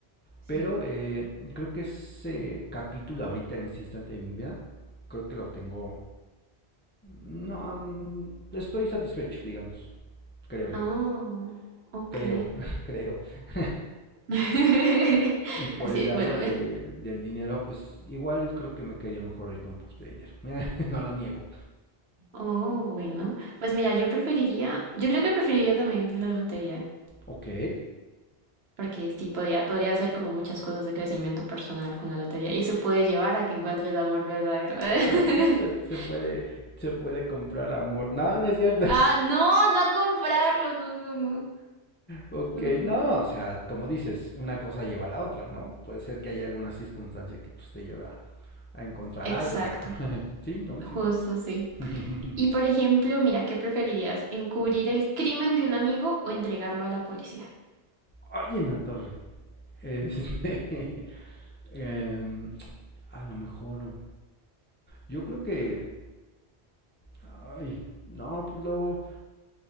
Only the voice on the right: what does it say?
Sí.
Oh, ok.
<laughs>
Así,
bueno.
eh.
Oh, bueno. Pues mira, yo preferiría... Yo creo que preferiría también la lotería.
Porque sí, podría, podría hacer como muchas cosas de crecimiento personal con la lotería. Y eso puede llevar a que encuentre el amor verdadero. <laughs>
Ah, no, no a comprarlo. No, no, no.
No, no,
no.
Exacto,
justo sí.
Y por ejemplo, mira, ¿qué preferirías? ¿Encubrir el crimen de un amigo o entregarlo a la policía?